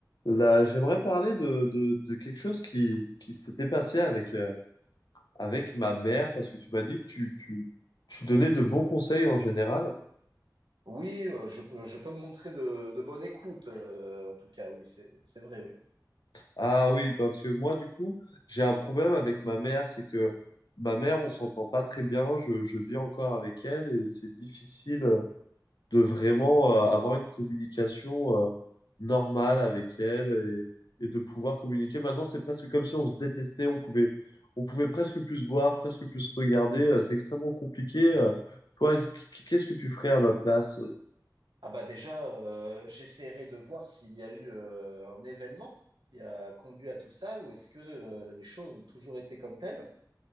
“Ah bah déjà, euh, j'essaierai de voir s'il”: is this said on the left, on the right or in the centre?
Right